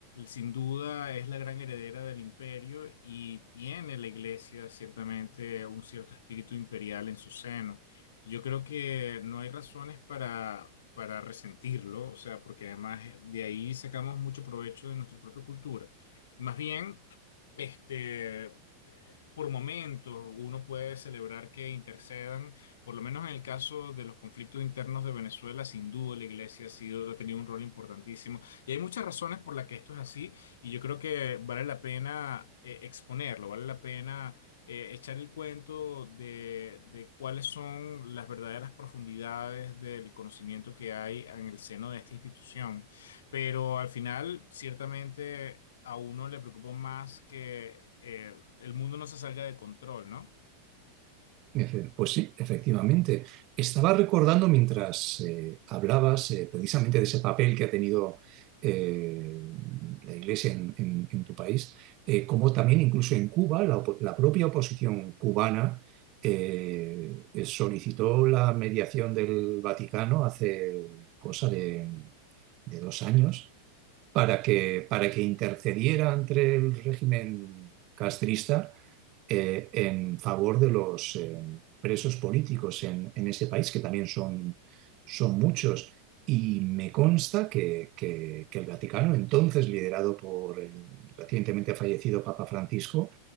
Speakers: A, on the left (about 60°); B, on the right (about 40°).
A: sin duda es la gran heredera del imperio y tiene la Iglesia ciertamente un cierto espíritu imperial en su seno. Yo creo que no hay razones para, para resentirlo, o sea, porque además de ahí sacamos mucho provecho de nuestra propia cultura. Más bien, este, por momentos uno puede celebrar que intercedan, por lo menos en el caso de los conflictos internos de Venezuela, sin duda la iglesia ha sido, ha tenido un rol importantísimo. Y hay muchas razones por las que esto es así, y yo creo que vale la pena eh, exponerlo, vale la pena eh, echar el cuento de, de cuáles son las verdaderas profundidades del conocimiento que hay en el seno de esta institución. Pero al final, ciertamente, a uno le preocupa más que eh, el mundo no se salga de control, ¿no?
B: Efe- Pues sí, efectivamente. Estaba recordando mientras eh, hablabas eh, precisamente de ese papel que ha tenido eh, la Iglesia en, en- en tu país, eh, como también incluso en Cuba, la, opo- la propia oposición cubana eh, eh, solicitó la mediación del Vaticano hace cosa de, de dos años para que, para que intercediera entre el régimen castrista eh, en favor de los eh, presos políticos en, en ese país, que también son, son muchos. Y me consta que, que- que el Vaticano, entonces liderado por el recientemente fallecido Papa Francisco,